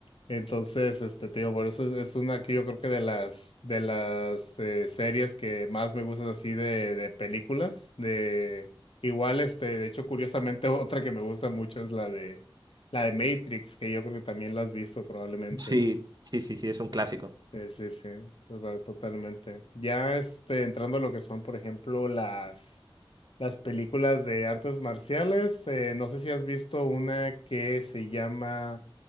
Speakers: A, on the left; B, on the right.
A: Entonces, este, te digo, por eso es, es una que yo creo que de las, de las eh, series que más me gustan así de, de películas, de igual, este, de hecho, curiosamente, <laughs> otra que me gusta mucho es la de, la de Matrix, que yo creo que también la has visto probablemente.
B: Sí, sí, sí, sí, es un clásico.
A: Sí, sí, sí, o sea, totalmente. Ya, este, entrando a lo que son, por ejemplo, las, las películas de artes marciales, eh, no sé si has visto una que se llama